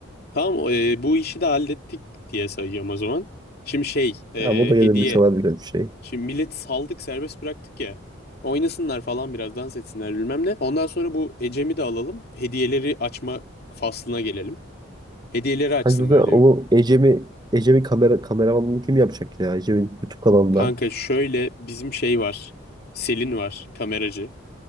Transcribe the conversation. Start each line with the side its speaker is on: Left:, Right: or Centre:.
Left: Tamam e, bu işi de hallettik diye sayıyorum o zaman. Şimdi şey e,
Right: Ya o da gelir
Left: hediye.
Right: bir çalar birkaç bir şey.
Left: Şimdi milleti saldık serbest bıraktık ya. Oynasınlar falan biraz dans etsinler bilmem ne. Ondan sonra bu Ecem'i de alalım. Hediyeleri açma faslına gelelim. Hediyeleri açsın
Right: Hani zaten
Left: böyle.
Right: onu Ecem'i Ecem'in kamera kameramanlığını kim yapacak ya? Ecem'in YouTube kanalında.
Left: Kanka şöyle bizim şey var. Selin var kameracı.